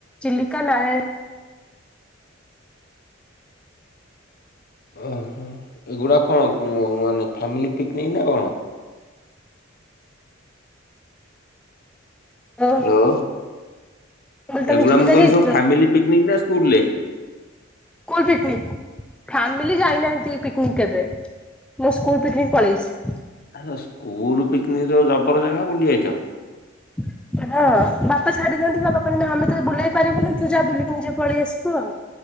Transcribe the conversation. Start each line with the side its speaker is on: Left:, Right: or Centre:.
Centre: ଚିଲିକା ନୟା
Left: ଓହୋ। ଏଗୁଡା କଁ ମାନେ ଫାମିଲି ପିକ୍ନିକ୍ ନା କଣ?
Centre: ମୁଁ
Left: ହାଲୋ।
Centre: କହିଲି ତମେ
Left: ଏଗୁଡ଼ା
Centre: ଚିଲିକା
Left: ମୁଁ କଇଲି
Centre: ଯାଇଛ
Left: ଫାମିଲି ପିକ୍ନିକ୍ ନା ସ୍କୁଲ୍ ରେ?
Centre: ସ୍କୁଲ୍ ପିକ୍ନିକ୍ ଫ୍ୟାମିଲି ଯାଇନାହାନ୍ତି ପିକ୍ ନିକ୍ କେବେ। ମୁଁ ସ୍କୁଲ୍ ପିକ୍ ନିକ୍ ପଳେଇଛି।
Left: ଆଲୋ ସ୍କୁଲ୍ ପିକ୍ନିକ୍ ଜବର ଜାଗା ବୁଲି ଆଇଚ।
Centre: ହ। ହଁ। ବାପା ଛାଡି ଦିଅନ୍ତି ବାପା କହିବେ ଆମେ ତ ବୁଲେଇ ପାରିବୁନି ତୁ ଯାଆ ବୁଲିକି ନିଜେ ପଳେଇ ଆସିବୁ ଆଉ।